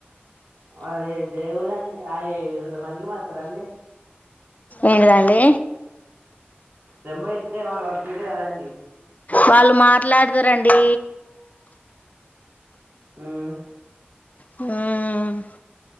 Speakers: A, on the right; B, on the left.
A: వాళ్ళది ఏ ఊరండి ఆయీ వాళ్ళు మంచిగ మట్లడతరా అండి
B: ఏంటిదండి
A: నెంబర్ ఇస్తే మళ్ళీ వాళ్ళు ఫీల్ కారా అండి
B: వాళ్ళు మాట్లాడతారండి
A: హ్మ్
B: హ్మ్